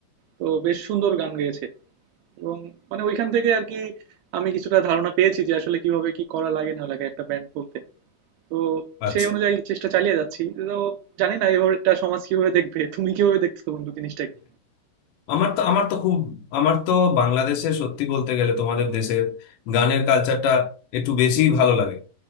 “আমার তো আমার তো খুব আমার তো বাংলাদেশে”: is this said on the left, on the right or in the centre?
Left